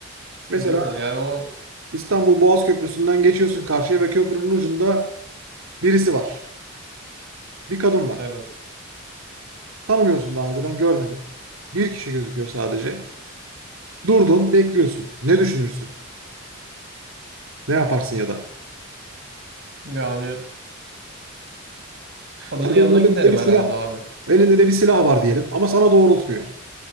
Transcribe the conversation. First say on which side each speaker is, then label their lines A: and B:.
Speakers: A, on the right; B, on the right.
A: Mesela
B: Değil mi? Yani o
A: İstanbul Boğaz Köprüsü'nden geçiyorsun karşıya ve köprünün ucunda birisi var. Bir kadın var.
B: evet.
A: Tanımıyorsun daha önceden görmedin. Bir kişi gözüküyor sadece. Durdun, bekliyorsun. Ne düşünürsün? Ne yaparsın ya da?
B: Yani kadının
A: Tabii
B: yanına
A: elinde
B: giderim
A: de bir silah.
B: herhalde abi.
A: Elinde de bir silah var diyelim ama sana doğrultmuyor.